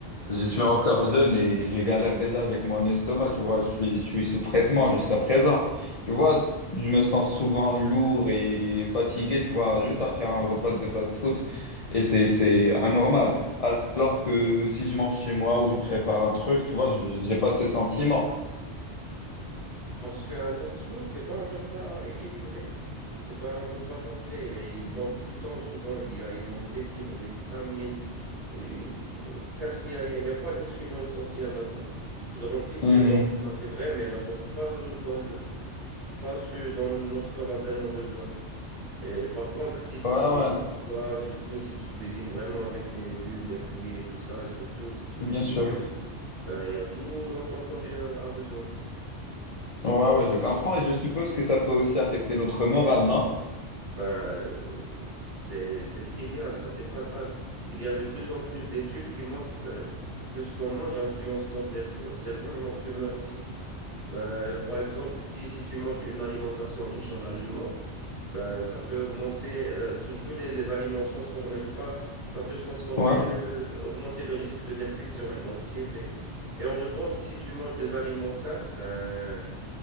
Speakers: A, on the left (about 50°); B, on the right (about 70°).
A: je suis encore jeune et je galère déjà avec mon estomac. Tu vois, je suis, je suis sous traitement jusqu'à présent. Tu vois, je me sens souvent lourd et fatigué. Tu vois, juste après un repas de fast-food, et c'est, c'est anormal. Alors que si je mange chez moi ou je prépare un truc, tu vois, je- j'ai pas ce sentiment.
B: Parce qu'un fast-food, c'est pas un repas équilibré. C'est pas un repas complet. Et Il manque tout le temps, souvent, il, y a- il manque des fibres, des vitamines. euh, Presque, il n'y a, il y a- il y a pas de nutriments essentiels là-dedans. Ils remplissent
A: Mhm.
B: le ventre, ça c'est vrai, mais n'apportent pas, euh, dans le, pas ce dont notre corps a vraiment besoin. Et par contre, si tu
A: Ouais,
B: cuisines
A: ouais,
B: chez toi, surtout si tu cuisines vraiment avec des légumes, des fruits et tout ça, et surtout si tu
A: bien
B: cuisines
A: sûr.
B: bio, ben, il y a tout dont ton corps euh, a besoin.
A: Ouais, ouais, je comprends et je suppose que ça peut aussi affecter notre morale, non?
B: Ben, c'est, c'est trivial, ça, c'est fatal. Il y a de plus en plus d'études qui montrent que, que ce qu'on mange influence notre cerveau, cerveau et notre humeur aussi. Ben, par exemple, si, si tu manges une alimentation riche en aliments, ben, ça peut augmenter, euh, surtout les, les aliments transformés, je parle, ça peut transformer
A: Ouais.
B: le, augmenter le risque de dépression et d'anxiété. Et en revanche, si tu manges des aliments sains, ben,